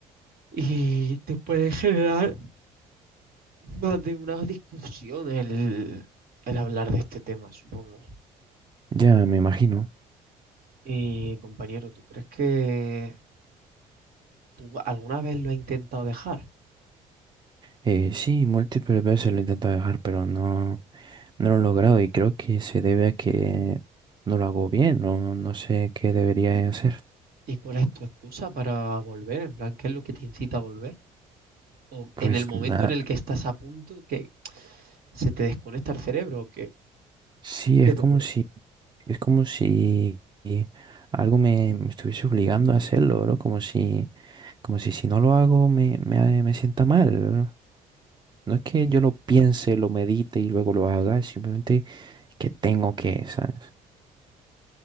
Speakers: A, on the right; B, on the right.
A: Y te puede generar más de una discusión el, el hablar de este tema, supongo.
B: Ya, me imagino.
A: Y compañero, ¿tú crees que tú alguna vez lo has intentado dejar?
B: Eh, sí, múltiples veces lo he intentado dejar, pero no, no lo he logrado y creo que se debe a que no lo hago bien, no, no sé qué debería hacer.
A: ¿Y cuál es tu excusa para volver? En plan, ¿qué es lo que te incita a volver? ¿O
B: Pues
A: en el momento
B: nada.
A: en el que estás a punto, que se te desconecta el cerebro o qué,
B: Sí,
A: qué
B: es
A: te
B: como
A: ocurre?
B: si, es como si algo me, me estuviese obligando a hacerlo, ¿no? Como si, como si si no lo hago me, me, me sienta mal, ¿no? No es que
A: Ujú.
B: yo lo piense, lo medite y luego lo haga, es simplemente que tengo que, ¿sabes?